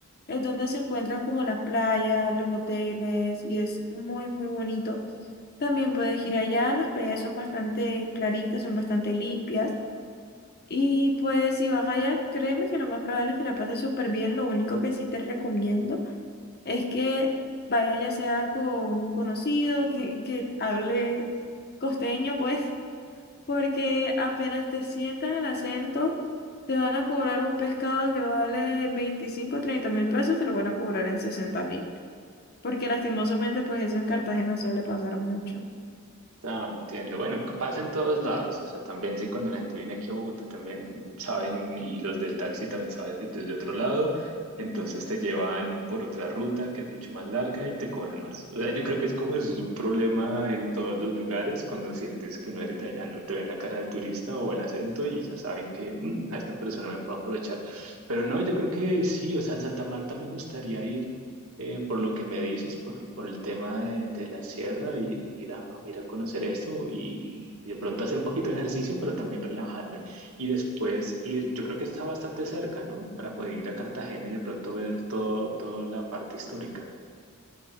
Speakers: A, on the left (about 45°); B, on the right (about 75°).
A: es donde se encuentran como las playas, los hoteles y es muy, muy bonito. También puedes ir allá, las playas son bastante claritas, son bastante limpias. Y pues si vas allá, créeme que lo más probable es que la pases súper bien. Lo único que sí te recomiendo es que vaya ya sea con un conocido, que, que hable costeño, pues, <laughs> porque apenas te sientan el acento, te van a cobrar un pescado que vale veinticinco o 30 mil pesos, te lo van a cobrar en 60 mil. Porque lastimosamente, pues eso en Cartagena suele pasar mucho.
B: Ah, entiendo. Bueno, que pasa en todos lados. O sea, también sí, cuando la gente viene aquí a Bogotá, también saben, y los del taxi también saben que es de otro lado. Entonces te llevan por otra ruta que es mucho más larga y te cobran más. O sea, yo creo que es como eso, es un problema en todos los lugares cuando sientes que no eres de allá, no te ven la cara de turista o el acento y ya saben que "Mm, a esta persona me puedo aprovechar. Pero no, yo creo que sí, o sea, Santa Marta me gustaría ir eh, por lo que me dices, por, por el tema de, de la sierra, ir, ir a, ir a conocer esto y, y de pronto hacer un poquito de ejercicio, pero también relajarme. Y después ir, yo creo que está bastante cerca, ¿no? Para poder ir a Cartagena y de pronto ver todo, toda la parte histórica.